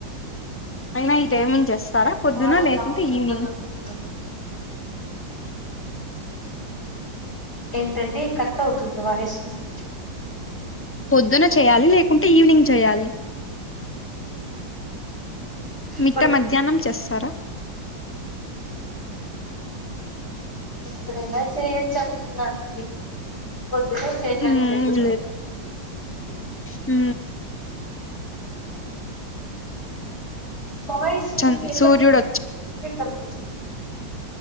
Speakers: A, on the left; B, on the left.
A: అయినా ఈ టైమింగ్ చేస్తారా పొద్దున్న
B: చాలా
A: లేకుంటే
B: లావు పెద్దగవుతుంది
A: ఈవినింగ్
B: ఏంటండి కట్ అవుతుంది వాయిస్ అస్
A: పొద్దున చేయాలి లేకుంటే ఈవినింగ్ చేయాలి
B: ఇప్పుడు
A: మిట్ట మధ్యాహ్నం చేస్తారా
B: ఇప్పుడైనా చేయొచ్చు అనుకున్నానండి పొద్దున్నే చేయాలంటే
A: మ్మ్
B: చేయకూడదా
A: ఉ
B: బవైసు
A: చన్
B: ఎంత
A: సూర్యుడు
B: పెడుతున్నా గాని క్రికెట్ కనిపించలా